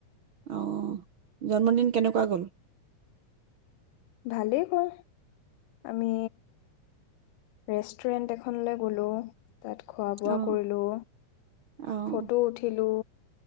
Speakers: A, on the right; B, on the left.
A: অ', জন্মদিন কেনেকুৱা গ'ল?
B: ভালেই হ'ল, আমি ৰেষ্টুৰেণ্ট এখনলৈ গ'লো তাত খোৱা বোৱা
A: অ',
B: কৰিলোঁ
A: অ',
B: ফটো উঠিলোঁ।